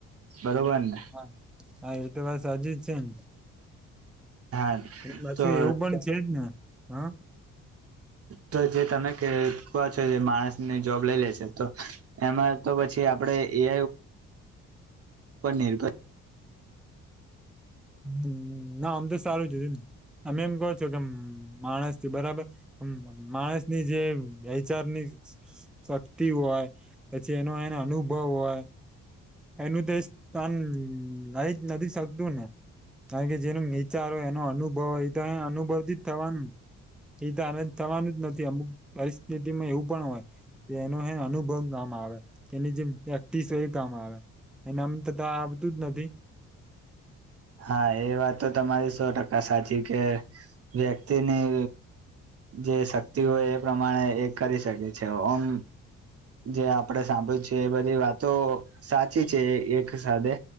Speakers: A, on the right; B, in the centre.
A: બરોબર ને
B: હા હા એ તો બસ હજી જ છે ને
A: હા
B: એ પાછું
A: તો
B: એવું પણ છેજ ને હા
A: તો જે તમે ક છો જે માણસની જોબ લઈ લેશે તો એમાં તો પછી આપણેે એ પને ર
B: હ ના આમ તો સારું જશે ને અમે એમ કહો છો કે માણસ બરાબર માણસની જે વચારની શક્તિ હોય પછી એનો એનો અનુભવ હોય એનું દ સ્ન ન નથી શકતું ને કારણ કે જેનો નીચાર હોય એનો અનુભવ હો તો અનુભવથી જ થવાનું એ તો આનંદ થવાનું જ નથી અમુક પરિસ્થિતિમાં એવું પણ હોય કે એનો અનુભવ ગ આવે એની જેમ પ્રેક્ટિસ હોય એ કામ આવે એને આમ તો તો આ બધું જ નથી
A: હા એ વાત તો તમારી સો ટકા સાચી કે વ્યક્તિની જે શક્તિ હોય એ પ્રમાણે એ કરી શકે છે ઓમ જે આપડે સાંભળી છે એ બધી વાતો સાચી છે એક સાથે